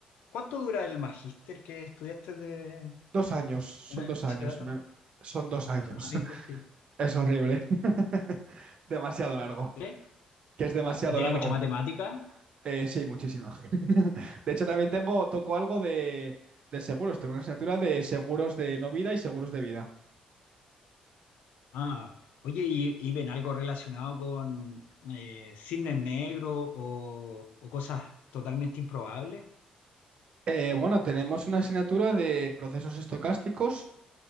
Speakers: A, on the left; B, on the right.
A: cuánto dura el magíster que estudiaste de,
B: Dos años, son
A: de análisis
B: dos años,
A: de datos?
B: me- son dos años.
A: Ah, bien
B: <laughs>
A: cortito.
B: Es horrible, <laughs> demasiado largo,
A: ¿Sí?
B: que es demasiado
A: ¿Y tiene
B: largo.
A: mucha matemática?
B: Eh, sí, muchísima. <laughs> De hecho, también tengo, toco algo de, de seguros. Tengo una asignatura de seguros de no vida y seguros de vida.
A: Ah, oye, y, y ven algo relacionado con eh, cisnes negros o, o cosas totalmente improbables.
B: Eh, bueno, tenemos una asignatura de procesos estocásticos